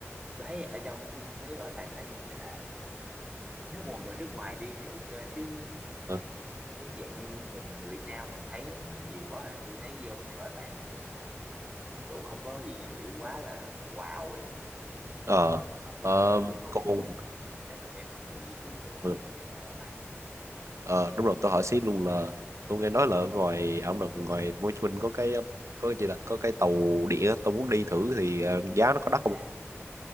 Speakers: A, on the right; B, on the right.
A: tôi thấy ở trong mấy bảo tàng nó vậy như là nước ngoài người nước ngoài đi thì ok chứ
B: ờ
A: chứ dạng như mình người Việt Nam mình thấy nó nhiều quá thì tôi thấy vô mấy bảo tàng nó cũng cậu không có gì kiểu quá là wow ấy
B: ờ
A: ừ
B: ờ,
A: nên là tôi cũng không
B: còn
A: không không recommend mọi người đi vô
B: ờ
A: mấy cái bảo tàng lắm
B: ờ, đúng rồi tôi hỏi xí luôn là tôi nghe nói là ở ngoài ông đồng ngoài Hồ Chí Minh có cái ờ, có cái gì là có cái tàu điện á, tôi muốn đi thử thì ờ, giá nó có đắt
A: à,
B: không